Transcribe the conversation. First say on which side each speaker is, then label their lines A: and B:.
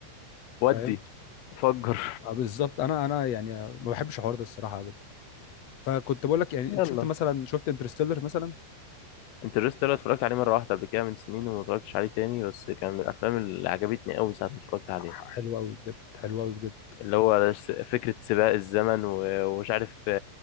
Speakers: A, on the left (about 80°); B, on the left (about 45°).
A: ودي
B: فاهم
A: فجر
B: اه بالظبط انا انا يعني ما بحبش الحوار ده الصراحه ابدا فكنت بقول لك يعني
A: يلا
B: انت شفت مثلا شفت انترستيلر مثلا
A: انترستيلر اتفرجت عليه مرة واحدة قبل كده من سنين وما اتفرجتش عليه تاني بس كان من الأفلام اللي عجبتني أوي ساعة ما اتفرجت عليها
B: ح- حلو قوي بجد حلو قوي بجد
A: اللي هو س- فكرة سباق الزمن و- ومش عارف